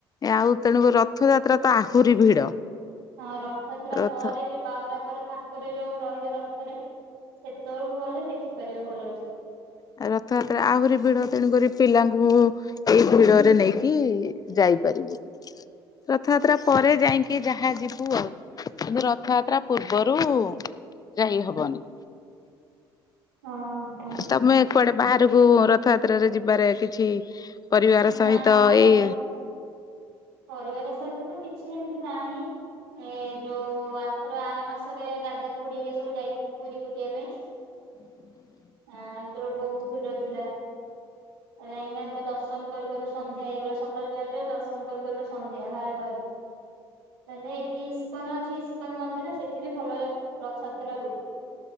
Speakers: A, on the left; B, on the right.
A: ଆଉ ତେଣୁ ରଥଯାତ୍ରା ତ ଆହୁରି ଭିଡ।
B: ହଁ ରଥଯାତ୍ରା
A: ରଥ
B: ପରେ ଯ ବାଉଡା ପରେ ଠାକୁର ଯୋଉ ରହିବେ ରଥରେ ସେଥ ତଳକୁ ଭଲ ଦେଖିପାରିବ ଭଲ ଅଛି।
A: ଆ ରଥଯାତ୍ରା ଆହୁରି ଭିଡ ତେଣୁକରି ପିଲାଙ୍କୁ ମୁଁ ଏଇ ଭିଡରେ ନେଇକି ଯାଇ ଯାଇପାରିବି ରଥଯାତ୍ରା ପରେ ଯାଇକି ଯାହା ଯିବୁ ଆଉ। କିନ୍ତୁ ରଥଯାତ୍ରା ପୂର୍ବରୁ ଯାଇ ହବନି।
B: ହଁ ହଁ।
A: ତମେ କୁଆଡେ ବାହାରକୁ ରଥଯାତ୍ରାରେ ଯିବାରେ କିଛି ପରିବାର ସହିତ
B: ନା ଆମର
A: ଏଇ
B: ପରିବାର ସହିତ ତ କି କିଛି ଏମତି ନାଇ। ଏ ଯୋଉ ଆଥର ଆର ମାସରେ ଦାଦା ଖୁଡି ସବୁ ଯାଇଥିଲି ପୁରୀ ବୁଲିବାକୁ। ପାଇଁ ଆ ଏଥର ବହୁତ ଭିଡ ଥିଲା ଯାଇକିନା ଦର୍ଶନ କରୁକରୁ ସନ୍ଧ୍ୟା ହେଇଗଲା ସକାଳୁ ଯାଉ ଯାଉ ଦର୍ଶନ କରୁକରୁ ସନ୍ଧ୍ୟା ବାହାରୁ ବାହାରୁ ତା ଯେ ଏଠି ଇସ୍କନ ଅଛି ଇସ୍କନ ମନ୍ଦିର ସେଠି ବି ଭଲ ର ରଥଯାତ୍ରା ହୁଏ।